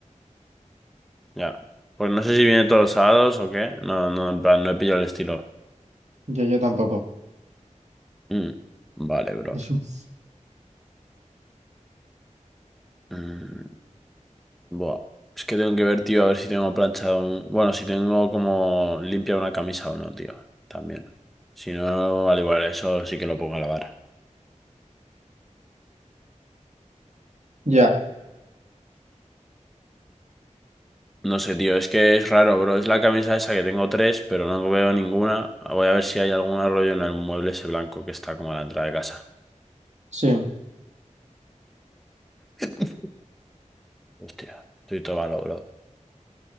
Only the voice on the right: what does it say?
Yo, yo tampoco.
<laughs>
Ya,
sí.